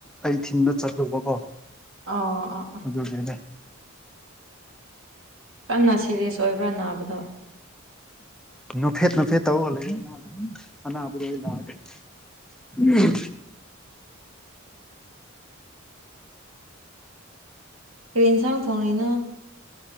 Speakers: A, in the centre; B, on the right (about 75°).
A: ꯑꯩ ꯊꯤꯟꯕ ꯆꯠꯗꯧꯕ ꯀꯣ
B: ꯑꯣ ꯑꯣ
A: ꯑꯗꯨꯒꯤꯅꯦ
B: ꯀꯟꯅ ꯁꯦꯔꯤꯌꯁ ꯑꯣꯏꯕ꯭ꯔꯥ ꯅꯥꯕꯗꯣ
A: ꯎ ꯅꯨꯐꯦꯠ ꯅꯨꯐꯦꯠ ꯇꯧꯔꯒ ꯂꯩ ꯑꯅꯥꯕꯗꯤ ꯂꯥꯛꯑꯒꯦ ꯎꯝ
B: ꯀꯦꯟꯁꯥꯡ ꯊꯣꯡꯅꯤꯅ